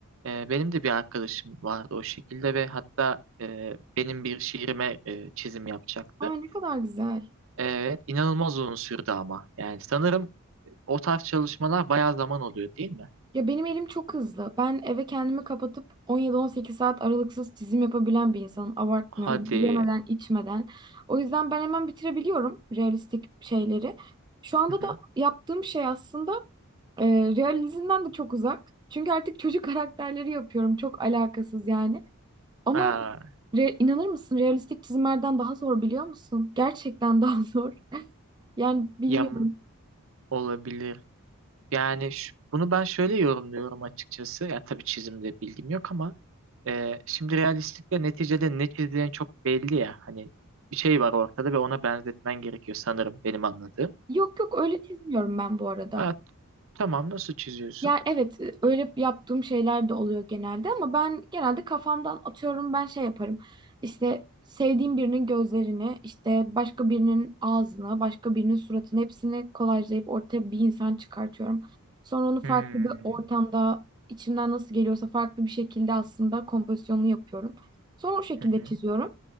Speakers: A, on the right (about 60°); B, on the right (about 20°).
A: E, benim de bir arkadaşım vardı o şekilde ve hatta e, benim bir şiirime e, çizim yapacaktı.
B: Aa ne kadar güzel.
A: Evet, inanılmaz uzun sürdü ama. Yani sanırım o tarz çalışmalar bayağı zaman oluyor değil mi?
B: Ya benim elim çok hızlı. Ben eve kendimi kapatıp 17-18 saat aralıksız çizim yapabilen bir insanım. Abartmıyorum.
A: Hadi.
B: Yemeden, içmeden. O yüzden ben hemen bitirebiliyorum realistik şeyleri. Şu anda
A: Hı hı.
B: da yaptığım şey aslında E, realizmden de çok uzak. Çünkü artık çocuk karakterleri yapıyorum. Çok alakasız yani. Ama
A: Aa,
B: re- inanır mısın realistik çizimlerden daha zor biliyor musun? Gerçekten daha <laughs> zor. Yani bilmiyorum.
A: yam olabilir. Yani ş- bunu ben şöyle yorumluyorum açıkçası. Ya tabii çizimde bilgim yok ama e, şimdi realistlikle neticede ne çizdiğin çok belli ya. Hani bir şey var ortada ve ona benzetmen gerekiyor sanırım benim anladığım.
B: Yok yok öyle çizmiyorum ben bu arada.
A: Evet, tamam nasıl çiziyorsun?
B: Yani evet e, öyle yaptığım şeyler de oluyor genelde ama ben genelde kafamdan atıyorum ben şey yaparım. İşte sevdiğim birinin gözlerini, işte başka birinin ağzını, başka birinin suratını hepsini kolajlayıp ortaya bir insan çıkartıyorum. Sonra onu farklı
A: Hmm,
B: bir ortamda içimden nasıl geliyorsa farklı bir şekilde aslında kompozisyonunu yapıyorum. Sonra o şekilde
A: hı hı,
B: çiziyorum.